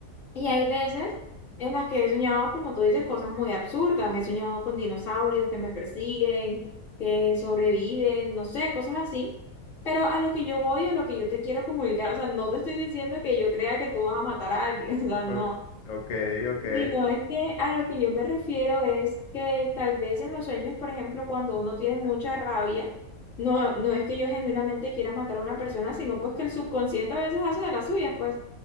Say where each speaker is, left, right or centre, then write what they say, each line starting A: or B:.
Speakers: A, on the left; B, on the left.
A: Y hay veces en las que he soñado, como tú dices, cosas muy absurdas. He soñado con dinosaurios que me persiguen, que sobreviven, no sé, cosas así. Pero a lo que yo voy, a lo que yo te quiero comunicar, o sea, no te estoy diciendo que yo crea que tú vas a matar a alguien, <laughs> o sea, no.
B: ok, ok, ok,
A: Sí, no, es que a lo que yo me refiero es que tal vez en los sueños, por ejemplo, cuando uno tiene mucha rabia, no, no es que yo genuinamente quiera matar a una persona, sino pues que el subconsciente a veces hace de las suyas, pues.